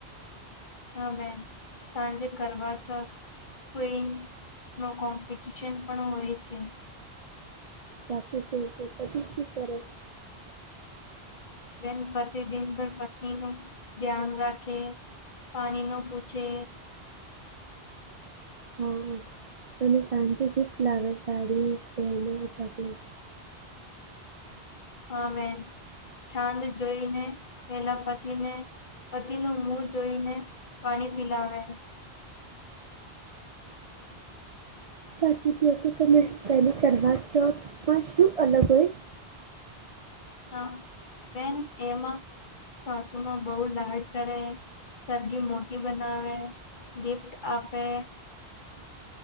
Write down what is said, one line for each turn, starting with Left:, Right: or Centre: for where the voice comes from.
Left: હા બેન સાંજે કરવા ચોથ કોઈન નો કોમ્પિટિશન પણ હોય છે.
Right: સાચી કયું છે પછી શું કરો?
Left: બેન પ્રતિદિન પર પત્નીનું ધ્યાન રાખે પાણી નો પૂછે
Right: હા. અને સાંજે ગિફ્ટ લાવે સાડી ઘેના ચોકલેટ
Left: હા બેન છાંદ જોઈને પેલા પતિને પતિ નું મુ જોઈને પાણી પિલાવે.
Right: સાચું કેયો છો તમે પહેલે કરવાચોધ માં શું અલગ હોય?
Left: હા બેન એમાં સાસુમાં બહુ લાડ કરે સરરગી મોટી બનાવે. ગિફ્ટ આપે